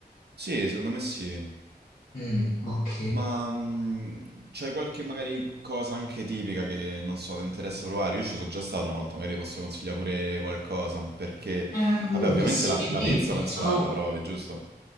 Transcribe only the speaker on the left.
Mm, ok.
Ehm,
sì,
dimmi,
sono...